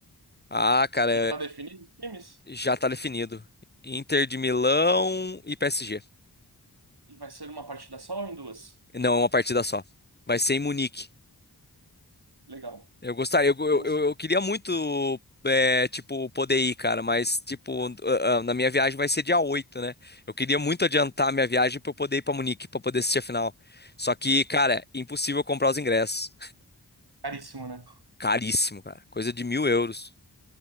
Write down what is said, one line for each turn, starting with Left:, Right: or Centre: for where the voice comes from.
Left: Ah, cara,
Right: Já tá definido os times?
Left: Já tá definido. Inter de Milão e PSG.
Right: E vai ser uma partida só ou em duas?
Left: Não, é uma partida só. Vai ser em Munique.
Right: Legal.
Left: Eu gostaria, eu, eu,
Right: Nossa,
Left: eu- eu queria muito, é, tipo, poder ir, cara, mas, tipo, ah, ah, na minha viagem vai ser dia oito né? Eu queria muito adiantar a minha viagem pra eu poder ir pra Munique, pra poder assistir a final. Só que, cara, impossível comprar os ingressos.
Right: caríssimo, né?
Left: Caríssimo, cara. Coisa de mil euros,